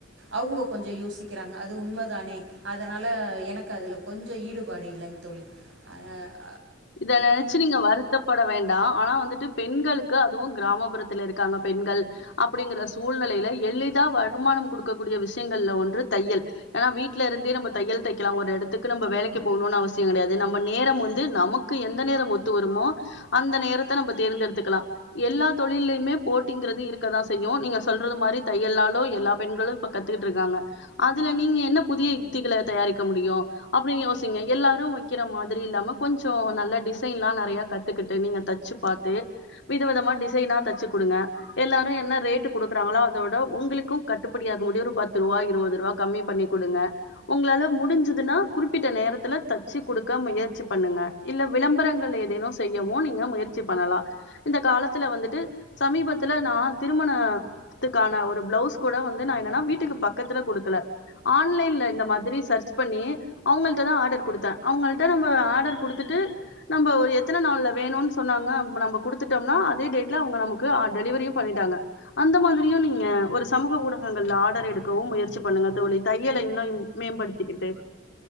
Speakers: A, on the right; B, on the left.
A: அவங்க கொஞ்ச யோசிக்கிறாங்க அது உண்மைதானே அதனால எனக்கு அதுல கொஞ்ச ஈடுபாடு இல்ல தோழி அ
B: இத நெனச்சு நீங்க வருத்தப்பட வேண்டா ஆனா வந்துட்டு பெண்களுக்கு அதுவு கிராமப்புறத்துல இருக் இருக்காங்க பெண்கள் அப்படிங்கிற சூழ்நெலைல எளிதா வருமானம் குடுக்கக்கூடிய விஷயங்கள்ல ஒன்று தையல் ஏன்னா வீட்லருந்தே நம்ம தையல் தைக் க்லா ஒரு எடத்துக்கு நம்ம வேலைக்கு போணுனு அவசியங்கடையாது நம்ம நேரம் வந்து நமக் க்கு எந்த நேரம் ஒத்து வருமோ அந்த நேரத்த நம்ம தேர்ந்தெடுத்துக்கலா எல்லா தொழிலயுமே போட்டிங் இருக்கதா செய்யு நீங்க சொல்றது மாதிரி தையல் நாலு எல்லா பெண்களும் இப்ப கத்துக்கிட்டுருக்காங்க அதுல நீங்க என்ன புதிய யுத்திகள தயாரிக்க முடியு அப்டின்னு யோசிங்க எல்லாரு வைக்கிற மாதிரி இல்லாம கொஞ்ச நல்ல டிசைன்லா நறைய கத்துக்கிட்டு நீங்க தச்சு பாத்து வித விதமா டிசைனா தச்சுக்குடுங்க எல்லாரு என்ன ரேட் குடுக்குறாங்களோ அதோட உங்களுக்கு கட்டுப்படியாக முடி ஒரு பத்துருபா இருவதுருபா கம்மி பண்ணிக்குடுங்க உங்களால முடிஞ்சுதுன்னா குறிப்பிட்ட நேரத்துல தச்சு குடுக்க முயற்சி பண்ணுங்க இல்ல விளம்பரங்கள் ஏதேனோ செய்யவு நீங்க முயற்சி பண்ணலா இந்த காலத்துல வந்துட்டு சமீபத் த்துல நா திருமணத்துக்கான ஒரு ப்ளவுஸ் கூட வந்து நா என்னன்னா வீட்டுக்கு பக்கத்துல குடுக்கல ஆன்லைன்ல இந்த மாதிரி சர்ச் பண்ணி அவங்கள்ட தா ஆடர் குடுத்தே அவங்கள்ட நம்ம ஆடர் குடுத் நம்ம ஒரு எத்தன நாள்ல வேணுன்னு சொன்னாங்க நம்ம குடுத்துட்டோம்னா அதே டேட்ல அவுங்க நமக்கு டெலிவரியு பண்ணிட்டாங்க டாங்க அந்த மாதிரியு நீங்க ஒரு சமூக ஊடகங்ல ஆடர் எடுக்கவு முயற்சி பண்ணுங்க தோழி தையல இன்னு ம் மேம்படுத்திக்கிட்டு